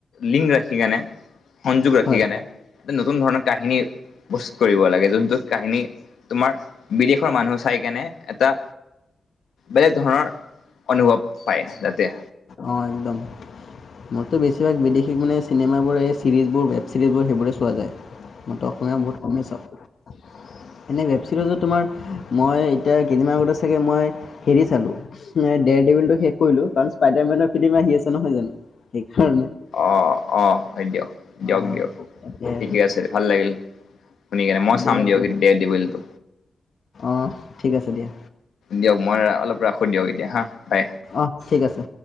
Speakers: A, on the left (about 80°); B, on the left (about 55°).
A: লিংক ৰাখি কেনে সংযোগ ৰাখি
B: হয়
A: কেনে এটা নতুন ধৰণৰ কাহিনী প্ৰস্তুত কৰিব লাগে। যোনটো কাহিনী তোমাৰ বিদেশৰ মানুহ চাই কেনে এটা বেলেগ ধৰণৰ অনুভৱ পায় যাতে।
B: অ, একদম। মোৰতো বেছিভাগ বিদেশী মানে চিনেমাবোৰ এই চিৰিজবোৰ ৱেব ছিৰিজবোৰ সেইবোৰে চোৱা যায়। মইতো অসমীয়া বহুত কমেই চাও।
A: হয়।
B: এনে ৱেবছিৰিজত তোমাৰ মই এতিয়া কেইদিনমান আগতে চাগে মই হেৰি চালোঁ ডেদ শেষ কৰিলো কাৰণ স্পাইডাৰ মেনৰ ফিল্ম আহি আছে নহয় জানো? সেইকাৰণে
A: অ, আহ হয় দিয়ক দিয়ক
B: অঁ
A: দিয়ক
B: তাকে আৰু।
A: ঠিকে আছে ভাল লাগিল। শুনি কেনে মই চাম
B: দিয়া
A: দিয়ক
B: দিয়া
A: কিন্ত দে দি ব তো।
B: অঁ ঠিক আছে দিয়া
A: দিয়ক মই অলপ ৰাখোঁ দিয়ক এতিয়া হা বাই।
B: অঁ ঠিক আছে